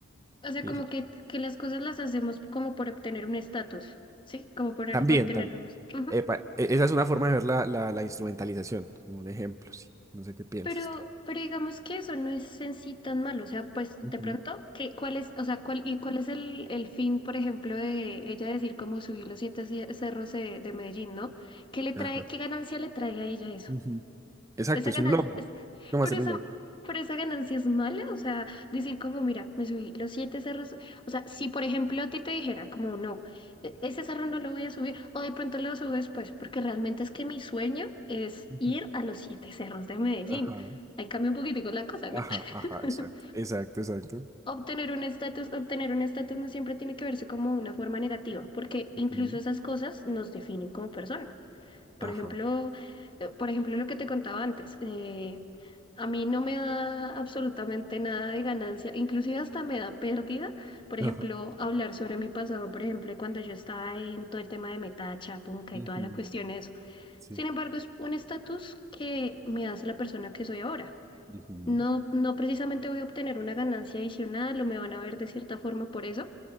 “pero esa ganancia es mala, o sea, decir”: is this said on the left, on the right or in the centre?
Left